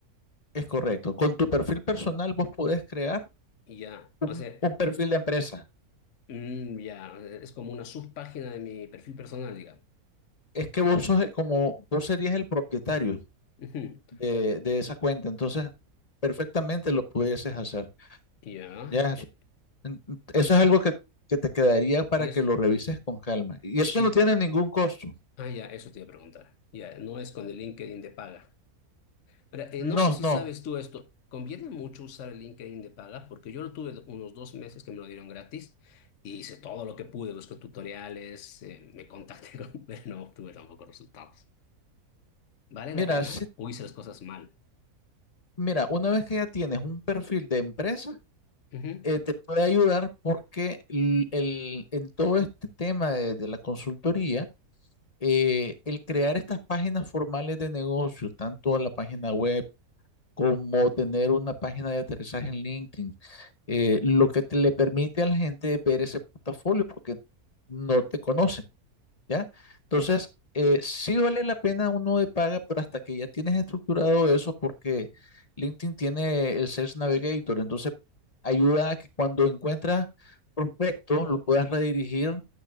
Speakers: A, on the left (about 30°); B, on the left (about 60°).
A: es correcto. Con tu perfil personal vos podés crear
B: Y ya, o sea,
A: un perfil de empresa.
B: mm, ya, o sea, es como una subpágina de mi perfil personal, digamos.
A: Es que vos sos eh, como, vos serías el propietario
B: Ujú.
A: de, de esa cuenta. Entonces, perfectamente lo pudieses hacer.
B: Ya.
A: Ya,
B: eh,
A: En- Eso es algo que, que te quedaría para
B: Y es...
A: que lo revises con calma. Y eso
B: y-
A: no tiene ningún costo.
B: ah, ya, eso te iba a preguntar. Ya, no es con el LinkedIn de paga. Ahora, eh, no
A: No,
B: sé si
A: no.
B: sabes tú esto. Conviene mucho usar el LinkedIn de paga porque yo lo tuve unos dos meses que me lo dieron gratis y hice todo lo que pude, busqué tutoriales, eh, me contacté <laughs> con, pero no obtuve tampoco resultados. ¿Vale
A: Mira,
B: la pena
A: sí,
B: o hice las cosas mal?
A: mira, una vez que ya tienes un perfil de empresa,
B: Ujú,
A: eh, te puede ayudar porque el, el- en todo este tema de, de la consultoría, eh, el crear estas páginas formales de negocio, tanto la página web como tener una página de aterrizaje en LinkedIn, eh, lo que te le permite a la gente ver ese portafolio porque no te conocen. ¿ya? Entonces, eh, sí vale la pena uno de paga, pero hasta que ya tienes estructurado eso, porque LinkedIn tiene el Sales Navigator, entonces ayuda a que cuando encuentras prospecto lo puedas redirigir